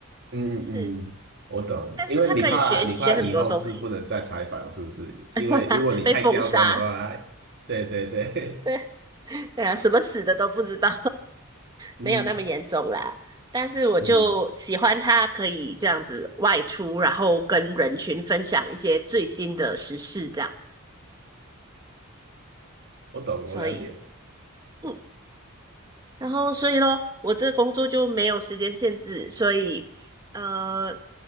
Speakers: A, on the right; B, on the right.
A: 嗯嗯嗯我懂，
B: 是，但是他可以学学很多东西，
A: 因为你怕你怕以后是不能再采访，是不是？因为如果你太刁钻的话，
B: <laughs> 被封杀，
A: 哎对对对，
B: 对对啊，什么死的都不知道。
A: <laughs> 嗯
B: 没有那么严重啦。但是我就喜欢他可以这样子外出，
A: 嗯，
B: 然后跟人群分享一些最新的时事，这样。
A: 我懂，
B: 所以，
A: 我了解。
B: 嗯，然后所以咯，我这个工作就没有时间限制，所以，呃，